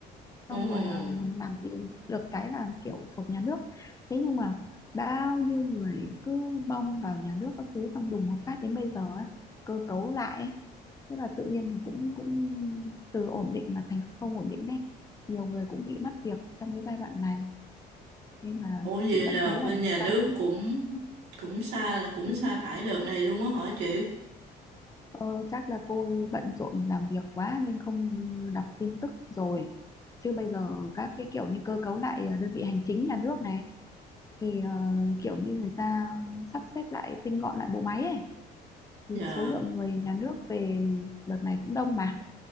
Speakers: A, on the right; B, on the left.
A: Ồ,
B: xong rồi ờ, làm gì được cái là kiểu thuộc nhà nước thế nhưng mà bao nhiêu người cứ bom vào nhà nước các thứ xong đùng một phát đến bây giờ ấy, cơ cấu lại ấy. thế là tự nhiên là cũng cũng từ ổn định mà thành không ổn định đấy nhiều người cũng bị mất việc trong cái giai đoạn này nên là
A: ủa vậy
B: chị vẫn
A: là
B: thấy
A: bên
B: là mình
A: nhà
B: sáng
A: nước cũng Cũng xa cũng
B: ừ,
A: sa thải đợt này luôn á hả chị
B: Ờ, chắc là cô bận rộn làm việc quá nên không đọc tin tức rồi. Chứ bây giờ các cái kiểu như cơ cấu lại đơn vị hành chính nhà nước này thì ờ, kiểu như người ta sắp xếp lại tinh gọn lại bộ máy ấy thì
A: Dạ
B: số lượng người nhà nước về đợt này cũng đông mà.